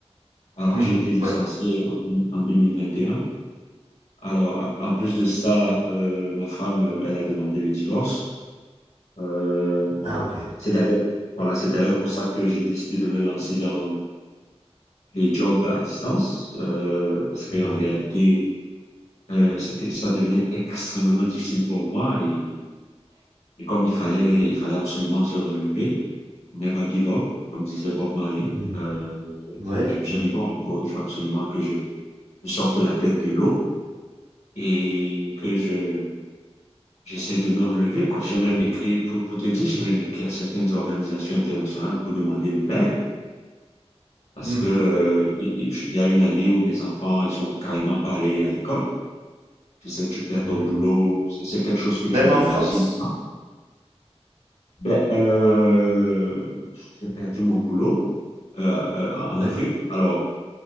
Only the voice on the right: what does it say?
Mhm,
ouais.
Ah OK.
Oui.
Mmh.
Ouais,
ouais.
Mmh.
Mmh.
Même
en France?
Oui.